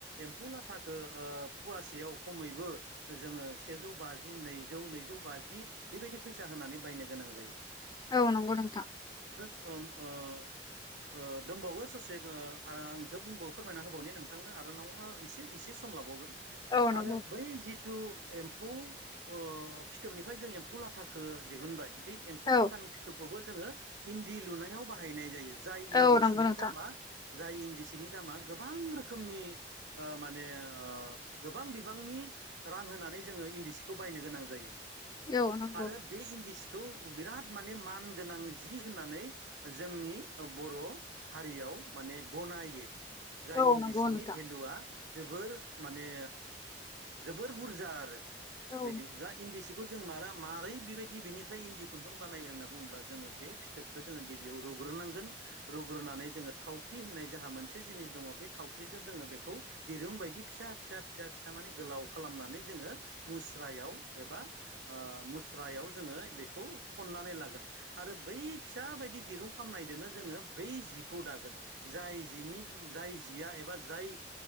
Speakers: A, on the right; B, on the left.
A: एम्फौ लाथाखौ फवासेयाव खमैबो जोङो सेजौ बाजि नैजौ नैजौ बाजि बेबायदि फैसा होनानै बायनो गोनां जायो
B: औ नंगौ नोंथां
A: ओम ओ ओ दंबावो ससे ओ आरो आं बुंबावो फोरमायना होबावनि नोंथांनो आरो नाव एसे एसे सम लाबावोन
B: औ नंगौ
A: आरो बै जिथु एमप एम्फौ ओ फिथोबनिफ्राय जों एम्फौ लाथाखो दिहुनबाय बे एम्फौ
B: औ
A: लाथानि फिथोबखौबो जोङो इन्दि लुनायाव बाहायनाय जायो । जाय इन्दि
B: औ नंगौ
A: सिनि
B: नोंथां
A: दामा जाय इन्दि सिनि दामा गोबां रोखोमनि माने ओ गोबां बिबांनि रां होनानै जोङो इन्दि सिखौ बायनो गोनां जायो
B: औ नंगौ
A: आरो बे इन्दि सि खौ बिराद माने मान गोनां जि होननानै जोंनि बर' हारियाव माने गनायो जाय
B: औ
A: इन्दि
B: नंगौ
A: सिनि
B: नोंथां
A: भेलुआ जोबोर माने जोबोर बुरजा आरो
B: औ
A: बिदि जा इन्दि सि बेखौ जों मारा मारै बेबायदि बिनिफ्राय इन्दि खुन्दुं बानायो होनना बुंब्ला जोङो बे फिथोबखौ जोङो गिबियाव रु रुग्रोनांगोन रुग्रोनानै जोङो थावख्रि होननाय जोंहा मोनसे जिनिस दङ बे थावख्रिजों जोङो बेखौ दिरुं बायदि फिसा फिसा फिसा फिसा म मे गोलाव खालामनानै जोङो मुस्रायाव एबा मुस्रायाव जोङो बेखौ थन्नानै लागोन आरो बै फिसा बायदि दिरुं खालामनायजोनो जोङो बै जिखौ दागोन जाय जिनि नि जाय जिया एबा जाय